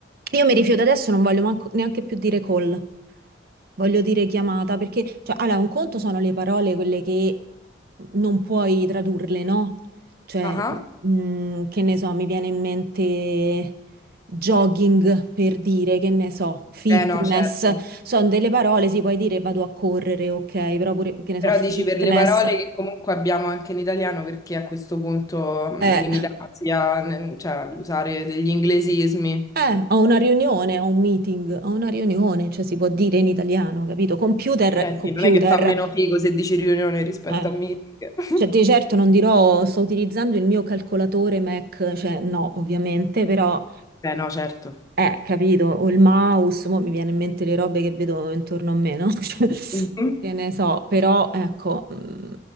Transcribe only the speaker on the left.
Ah,
eh no, certo.
Però
dici per le parole che comunque abbiamo anche in italiano, perché a questo punto mh,
limitarsi a, n- cioè, all'usare degli inglesismi.
Cioè,
sì, non è che fa meno figo se dici riunione rispetto
a meeting. <laughs>
Eh no, certo.
Mhm.